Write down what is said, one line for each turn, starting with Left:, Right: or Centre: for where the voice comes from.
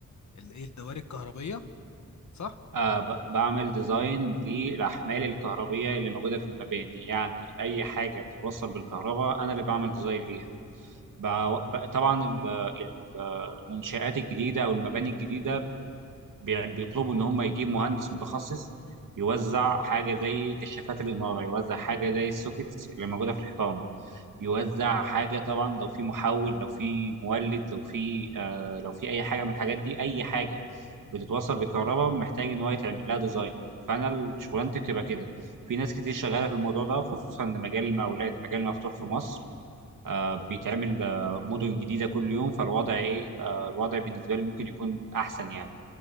Left: ال- ايه الدوائر الكهربيه صح
Right: آه ب- بعمل ديزاين للأحمال الكهربية اللي موجودة في المباني يعني أي حاجة بتتوصل بالكهرباء أنا اللي بعمل ديزاين ليها بع- ب- طبعا ال- ال- المنشآت الجديدة أو المباني الجديدة بي- بيطلبوا ان هم يجيبوا مهندس متخصص يوزع حاجه زي كشافات الاناره يوزع حاجه زي السوكيتس اللي موجوده في الحيطان يوزع حاجه طبعا لو في محول لو في مولد لو في آه لو في اي حاجه من الحاجات دي اي حاجه بتتوصل بالكهرباء محتاج ان هو يتعمل لها ديزاين فانا ال- شغلانتي بتبقى كده في ناس كتير شغاله في الموضوع ده خصوصا ان مجال المقاولات مجال مفتوح في مصر آه بيتعمل آه مدن جديده كل يوم فالوضع ايه آه الوضع بالنسبه لي ممكن يكون احسن يعني